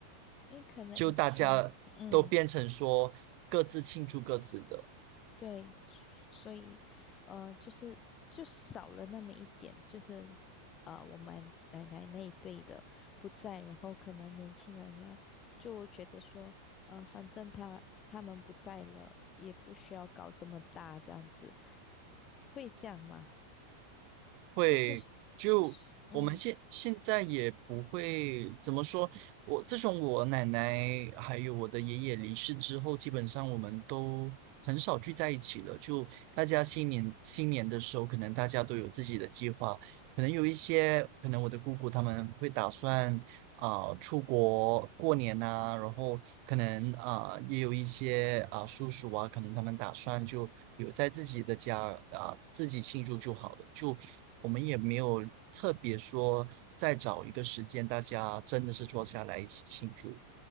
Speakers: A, on the left; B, on the right.
A: 因为可能以前，
B: 就大家都变成说各自庆祝各自的。
A: 嗯。对，所以呃，就是就少了那么一点，就是呃，我们奶奶那一辈的不在，然后可能年轻人呢就觉得说，嗯、呃，反正他他们不在了，也不需要搞这么大这样子，会这样吗？
B: 会就我们现现在也不会怎么说，
A: 不是，不是，嗯。
B: 我自从我奶奶还有我的爷爷离世之后，基本上我们都很少聚在一起了。就大家新年新年的时候，可能大家都有自己的计划，可能有一些，可能我的姑姑他们会打算啊、呃出国过年呐、然后可能啊、呃也有一些啊、叔叔啊，可能他们打算就留在自己的家啊、自己庆祝就好了，就我们也没有特别说再找一个时间，大家真的是坐下来一起庆祝。